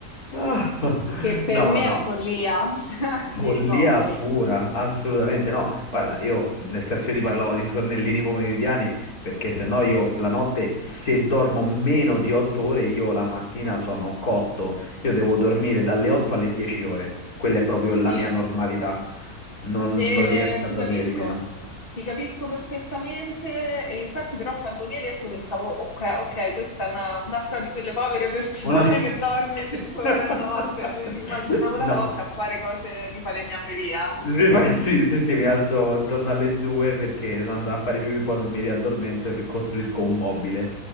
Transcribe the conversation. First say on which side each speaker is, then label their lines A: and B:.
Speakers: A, on the left; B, on the left.
A: Ah,
B: che per
A: No,
B: me
A: no.
B: è follia, <laughs> Cioè,
A: Follia
B: mi ricoveri.
A: pura, assolutamente no. Guarda, io nel senso io ti parlavo di sonnellini pomeridiani perché se no io la notte se dormo meno di 8 ore io la mattina sono cotto. Io devo dormire dalle 8 alle 10 ore. Quella è proprio la
B: Sì,
A: mia normalità. Non,
B: e
A: non riesco
B: ti
A: a dormire
B: capisco,
A: di meno.
B: ti capisco perfettamente e infatti però quando mi hai detto pensavo, ok, ok, questa è una, un'altra di quelle povere persone
A: Una-
B: <laughs> che dorme
A: <laughs>
B: 5 ore a notte, eh, ti immaginavo
A: No,
B: la notte a fare cose di falegnameria.
A: Mi fa- Sì, sì, sì, mi alzo intorno alle due perché sono andato a fare pipì, poi non mi riaddormento e costruisco un mobile.